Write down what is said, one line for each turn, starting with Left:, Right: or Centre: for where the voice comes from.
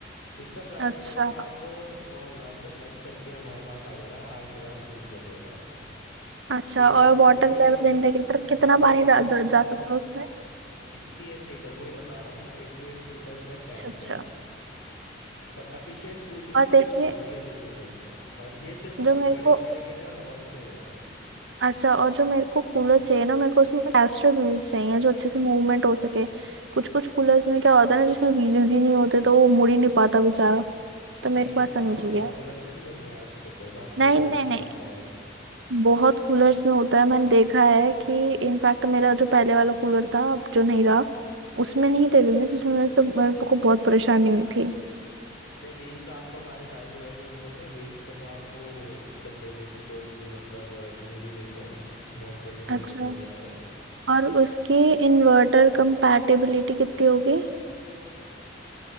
Left: इसका प्राइस
Right: अच्छा
Left: पड़ेगा आपको नौ हजार रुपये लेस करके हमारे पास आ जाएगा आठ हजार तीन सौ रुपये का
Right: अच्छा
Left: फीचर्स
Right: और
Left: में
Right: वाटर
Left: इसका ये
Right: लेवल
Left: हो गया
Right: इंडिकेटर
Left: कि अठासी
Right: कितना पानी
Left: लीटर
Right: डा-
Left: मतलब
Right: डा- जा सकता है उसमें
Left: 88 लीटर वही बता रहा हूँ मैं 88 लीटर का टैंक
Right: अच्छा अच्छा
Left: है और एफिशिएंट कूलिंग
Right: और
Left: है बिल्कुल
Right: देखिए
Left: बढ़िया तरीके से और ये सिर्फ और
Right: जो
Left: सिर्फ
Right: मेरे
Left: बड़े
Right: को
Left: कमरे के लिए और हॉल्स के लिए है
Right: अच्छा और जो मेरे को कूलर चाहिए ना मेरे को उसमें कैस्टर व्हील्स चाहिए जो अच्छे से मूवमेंट हो सके कुछ कुछ कूलर्स में क्या होता है ना जिसमें व्हील्स ही नहीं होते तो वो मुड़ ही नहीं पाता बेचारा
Left: व्हील्स
Right: तो मेरे को ऐसा
Left: तो आपको
Right: नहीं चाहिए
Left: हर कूलर्स में मिलेंगे ऐसी तो कोई बात नहीं
Right: नहीं
Left: है, व्हील्स
Right: नहीं नहीं
Left: तो आपको हर
Right: बहुत कूलर्स में होता है मैंने देखा है कि इनफैक्ट मेरा जो पहले वाला कूलर था अब जो नहीं रहा उसमें नहीं थे व्हील्स उसमें मेरे से मेरे को बहुत परेशानी हुई थी
Left: नहीं व्हील्स आपको हमारे सारे कूलर्स में मिलेंगे व्हील्स का तो आपको दिक्कत लेने की कोई मतलब नीड ही नहीं है बहुत बढ़िया तरीके
Right: अच्छा
Left: से हो जाएगा
Right: और उसकी इन्वर्टर कंपैटिबिलिटी कितनी होगी